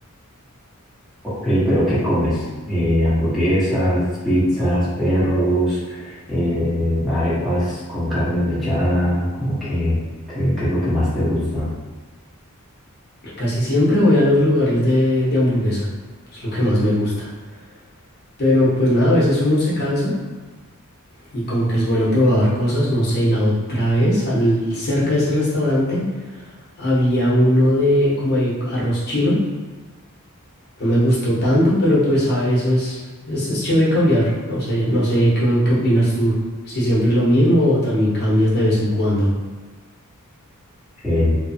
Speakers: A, in the centre; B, on the left.
A: Ok, pero ¿qué comes? Eh, hamburguesas, pizzas, perros, eh, arepas con carne desmechada, como que, que- ¿qué es lo que más te gusta?
B: Casi siempre voy a los lugares de, de hamburguesa, es lo que más me gusta. Pero pues nada, a veces uno se cansa y como que es bueno probar cosas, no sé, la otra vez, al, cerca de ese restaurante, había uno de como de arroz chino, no me gustó tanto, pero pues a veces es, es chévere cambiar, no sé, no sé, ¿qué, qué opinas tú? Si siempre es lo mismo o también cambias de vez en cuando.
A: Eh,